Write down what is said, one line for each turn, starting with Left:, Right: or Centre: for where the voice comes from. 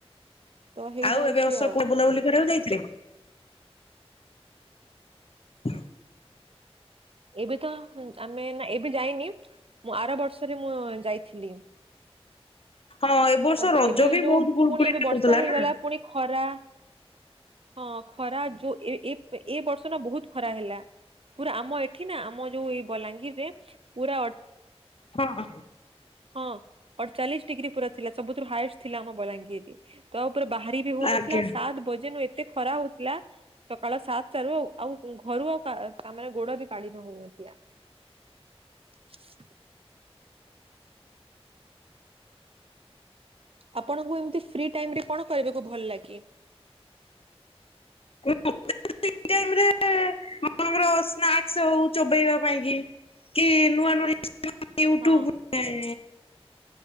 Right: ତ ହେଇଯାଉଛି
Left: ଆଉ ଏବେ ଅସୋକପୁର
Right: ଆଉ।
Left: ବୁଲାବୁଲି କରିବାକୁ ଯାଇଥିଲେ ହଲ <inaudible>
Right: ଏବେ ତ ଆମେ ନା ଏବେ ଯାଇନି ମୁଁ ଆର ବର୍ଷରେ ମୁଁ ଯାଇଥିଲି।
Left: ହଁ ଏବ ବର୍ଷ
Right: ତାପରେ
Left: ରଜ
Right: ଏବେ
Left: ବି
Right: ଯୋଉ
Left: ବୋହୁତ ଗୁଳଗୁଳି
Right: ପୁଣି ଏବେ
Left: ଟା
Right: ବର୍ଷା
Left: ହୋଉଥିଲା
Right: ହେଇଗଲା
Left: ନା।
Right: ପୁଣି ଖରା ହଁ ଖରା ଯୋ ଏ ଏପ୍ ଏ ବର୍ଷ ନା ବୋହୁତ ଖରା ହେଲା। ପୁରା ଆମ ଏଠି ନା ଆମ ଯୋଉ ଏଇ ବଲାଙ୍ଗୀରରେ ପୁରା
Left: ହଁ।
Right: ହଁ ଅଡଚାଳିଶ ଡିଗ୍ରୀ ପୁରା ଥିଲା ସବୁଠୁ ହାଏଷ୍ଟ ଥିଲା ଆମ ବଲାଙ୍ଗୀରରେ। ତା ଉପରେ ବାହାରି ବି ହୋଉନଥିଲା
Left: ଆଜ୍ଞା ଏଇ
Right: ଆଉ ସାତ୍ ବଜେନୁ ଏତେ ଖରା ହୋଉ ଥିଲା ସକାଳ ସାତଟାରୁ ଆଉ ଆଉ ଘରୁ ଆଉ କା କାମରେ ଗୋଡ ବି କାଢି ହୋଉନଥିଲା। <inaudible> ଆପଣଙ୍କୁ ଏମିତି ଫ୍ରି ଟାଇମ ରେ କଣ କରିବାକୁ ଭଲ ଲାଗେ?
Left: <unintelligible> ଟାଇମରେ ଆପଣଙ୍କର ସ୍ନାକ୍ସ ହୋଉ ଚୋବେଇବା ପାଇଁ କି କି ନୂଆ ନୂଆ <unintelligible> ୟୁଟୁବ
Right: ହଁ
Left: ରୁ ଥାଏ